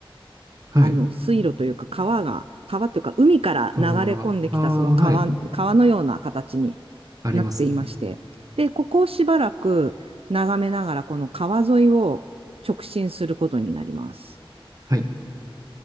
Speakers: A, on the right; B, on the right.
A: はい。
B: あの、水路というか川が、川というか海から流れ込んできたその川、
A: 川、ああ、はい。
B: 川のような形に
A: ありますね。
B: なっていまして。で、ここをしばらく眺めながらこの川沿いを直進することになります。
A: はい。